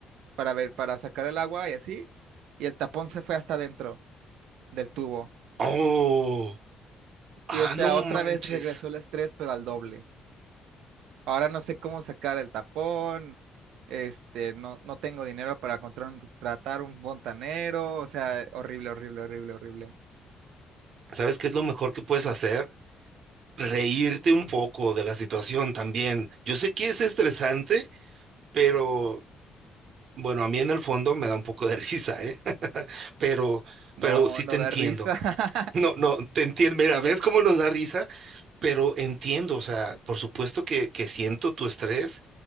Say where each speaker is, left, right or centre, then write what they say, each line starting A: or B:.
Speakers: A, on the right; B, on the right.
A: para ver, para sacar el agua y así, y el tapón se fue hasta adentro del tubo.
B: Oh, ah,
A: Y o sea,
B: no
A: otra
B: manches.
A: vez regresó el estrés, pero al doble. Ahora no sé cómo sacar el tapón, este, no, no tengo dinero para encontrar un- tratar un fontanero, o sea, horrible, horrible, horrible, horrible.
B: ¿Sabes qué es lo mejor que puedes hacer? reírte un poco de la situación también. Yo sé que es estresante, pero bueno, a mí en el fondo me da un poco de risa, ¿eh? <laughs> Pero,
A: No,
B: pero sí
A: no
B: te entiendo.
A: da risa.
B: No,
A: <laughs>
B: no, te entiendo. Mira, ¿ves cómo nos da risa? Pero entiendo, o sea, por supuesto que, que siento tu estrés